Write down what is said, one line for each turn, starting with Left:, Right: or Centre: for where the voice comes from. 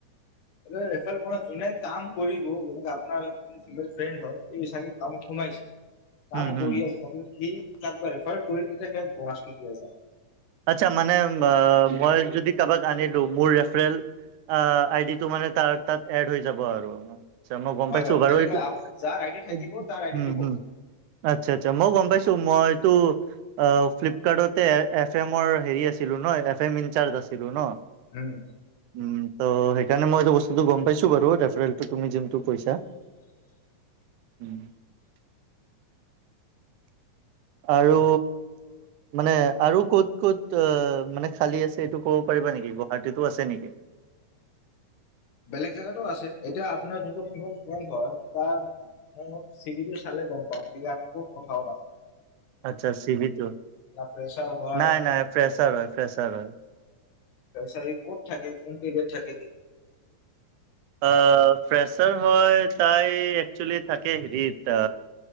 Left: মানে ৰেফাৰেল বনাছ‌ যোনে কাম কৰিব যেনেকে আপোনাৰ য ফিমেল ফ্ৰেণ্ড হয় । এই চাগে কামত সোমাইছে কাম
Right: উম হম
Left: কৰি আছে তাকো সি তাক ৰেফাৰেল কৰিম তেতিয়া হে <unintelligible> পোৱা যায়
Right: আচ্ছা মানে মা মই যদি কাৰবাক আনিলো মোৰ ৰেফাৰেল আ আইদি তো মানে তাৰ তাত এড হৈ যাব যাব আৰু আচ্ছা মই গম
Left: হয়
Right: পাইছোঁ
Left: হয়
Right: বাৰু
Left: যেনেকে
Right: এইটো
Left: যাৰ আইডি থাকিব
Right: উ
Left: তাৰ আইডিটো
Right: হম
Left: হ'ব
Right: আচ্ছা আচ্ছা মই গম পাইছোঁ মই এইটো অ ফ্লিপকাৰ্টতে এ এফ ফেমৰ হেৰি আছিলো ন এফ এম ইনচাৰ্জ আছিলো ন
Left: উম
Right: উম ত সেই সেইকাৰণে মই এই বস্তু গম পাইছো বাৰু ৰেফাৰেল তুমি জিম টো পইছা উম আৰু মানে আৰু ক'ত ক'ত অ মানে খালী আছে এইটো ক'ব পাৰিবা নেকি গুৱাহাটীতো আছে নেকি?
Left: বেলেগ জেগাতো আছে এতিয়া আপোনাৰ যোনটো ফিমেল <unintelligible> তাৰ চিবিলটো চালে গম পাম এই খুব কথাও ভাল
Right: আচ্ছা চি বি তো
Left: ফ্ৰেচাৰ হয়
Right: নাই নাই ফ্ৰেছাৰ হয় ফ্ৰেছাৰ হয়।
Left: চাৰী ক'ত থাকে কোন এৰিয়াট থাকে সি?
Right: আ ফ্ৰেছাৰ হয় তাই একচুৱেলি থাকে হেৰিত